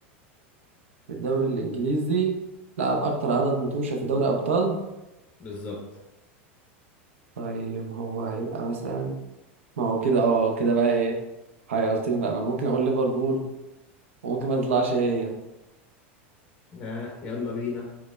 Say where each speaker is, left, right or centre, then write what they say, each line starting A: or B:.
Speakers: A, on the right; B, on the left.
A: في الدوري الإنجليزي لعب أكتر عدد متوشة في دوري أبطال
B: بالظبط
A: طيب هو هيبقى مثلا ما هو كده اه كده بقى ايه حيرتني بقى ما أنا ممكن أقول ليفربول وممكن ما تطلعش هي
B: آه يلا بينا